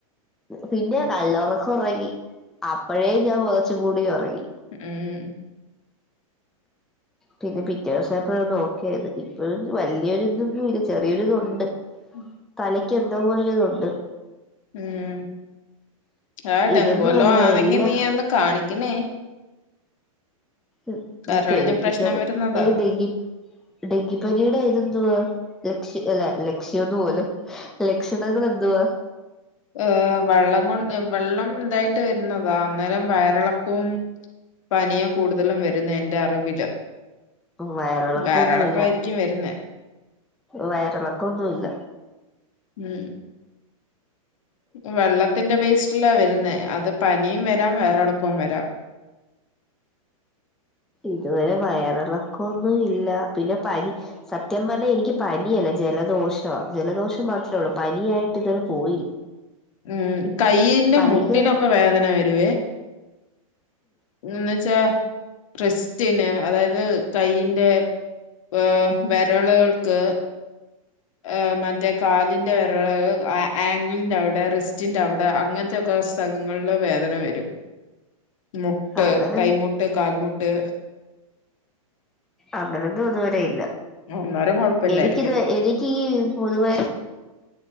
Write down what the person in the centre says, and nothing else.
പിന്നെ കള്ളറക്കം ഒറങ്ങി അപ്പഴേ ഞാൻ പൊതച്ച് മൂടി ഒറങ്ങി
പിന്നെ പിറ്റേസായപ്പഴാ നോക്കിയത് ഇപ്പൾ വല്യര്ത് പോഇല ചെറിയൊര് തുണ്ട്
തലക്യ് എന്തൊപോലരുതുണ്ട്
ഇതൊന്നും അല്ല
എല്ലാ
ഉം
നീ പേടിപ്പിക്യാതെ
ഏഹ് ടെക്കി ഡെങ്കിപ്പനിയുടെ ഏതന്തുവാ ലക്ഷ്യ അല്ല ലക്ഷ്യ ഒന്ന് പോലും ലക്ഷണങ്ങൾ എന്തുവാ
വയറളക്കന്നുല്ല
വയറളക്കന്നുല്ല
ഇതുവരെ വയറിളക്കൊന്നുല്ല പിന്നെ പനി സത്യം പറഞ്ഞെ എനിക്ക് പനിയല്ല ജലദോഷാ ജലദോഷം മാത്രേള്ളൂ പനിയായിട്ട് ഇതുവരെ പോയി
പനിത്
അങ്ങനെ
അങ്ങനെന്നും ത്വരെല്ല
എനിക്കിത് വെ എനക്കീ പൊതുവേ